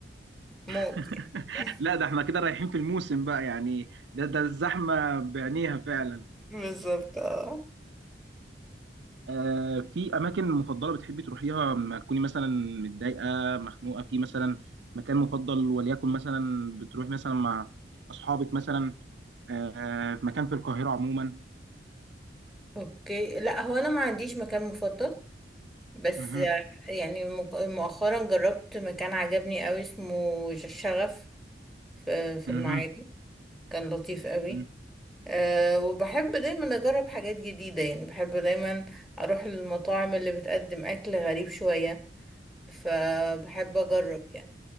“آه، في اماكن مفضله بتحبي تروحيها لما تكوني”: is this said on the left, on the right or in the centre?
Right